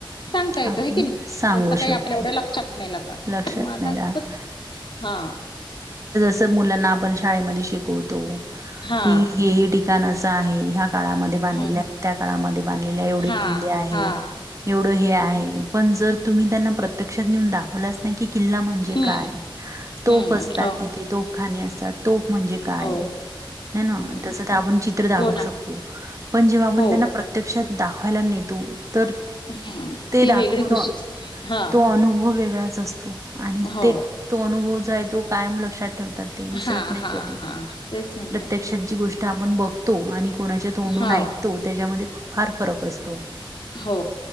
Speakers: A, on the left (about 60°); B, on the right (about 35°).
A: सांगता येतो
B: आपण
A: आहे की नाही
B: सांगू
A: तसं काही
B: शकतो
A: आपल्या एवढ्या लक्षात नाही
B: लक्षात
A: पण मग आता
B: नाही राहत.
A: खूपच हा
B: आप श शतो
A: हा
B: क ठिकण काळामध्ये बांधलेल्या
A: हो
B: त्या काळामध्ये बांधले एवढे
A: हां
B: किल्ले आहे
A: हां
B: एवढं हे आहे पण जर तुम्ही त्यांना प्रत्यक्षात नेऊन दाखवलाच नाही की किल्ला म्हणजे
A: हम्म.
B: काय तोफ
A: हम्म
B: असतात
A: हो
B: तिथे तोफखाने असतात तोफ म्हणजे काय
A: हो.
B: ह ना
A: हम्म.
B: त्यास आपण चित्र दाखवू
A: हो ना
B: शकतो पण जेव्हा आपण
A: हो
B: त्यांना प्रत्यक्षात दाखवायला नेतो तर
A: हम्म
B: ते
A: ती
B: दाखवून
A: वेगळी खुशी असते हां.
B: तो अनुभव वेगळा आणि
A: हो
B: ते तो अनुभव जो आहे तो कायम लक्षात ठेवतात विसरत
A: हां
B: नाही
A: हां
B: कधी
A: हां तेच म्हटलं
B: प्रत्यक्षात जी गोष्ट ण बघतो आणि कोणाच्या तोंडून
A: हो
B: ऐकतो त्याच्यामध्ये फार फरक असतो
A: हो